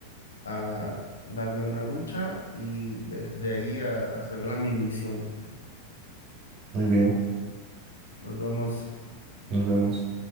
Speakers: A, on the left (about 70°); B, on the right (about 35°).
A: a darme una ducha y de, de ahí a hacer la mi misión.
B: Muy bien,
A: Nos vemos.
B: nos vemos.